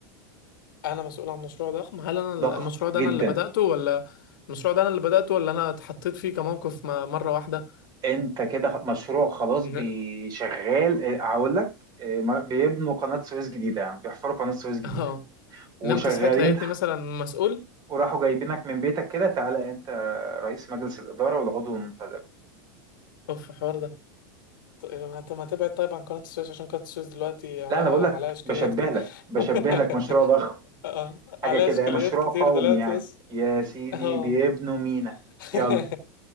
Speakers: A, on the left; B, on the right.
A: انا مسؤول عن مشروع ضخم هل انا ال-
B: ضخم
A: المشروع ده
B: جدا
A: انا اللي بدأته ولا المشروع ده انا اللي بدأته ولا انا اتحطيت فيه كموقف م- مرة واحدة
B: انت كده خ- مشروع خلاص
A: ن...
B: بيشغال اه، هقول لك اه، ما- بيبنوا قناة سويس جديدة يعني بيحفروا قناة سويس جديدة
A: اه
B: وشغالين
A: نمت صحيت لقيتني مثلا مسؤول
B: وراحوا جايبينك من بيتك كده تعالى انت رئيس مجلس الإدارة والعضو المنتدب
A: اوف الحوار ده طب ما طب ما تبعد طيب عن قناة السويس عشان قناة السويس دلوقتي عليها
B: لا انا بقول لك
A: عليها اشكاليات
B: بشبه
A: كده
B: لك بشبه
A: <laughs>
B: لك مشروع ضخم
A: اه
B: حاجة
A: عليها
B: كده
A: اشكاليات
B: مشروع
A: كتير
B: قومي
A: دلوقتي
B: يعني
A: بس
B: يا سيدي
A: اه
B: بيبنوا مينا
A: <laughs>
B: يلا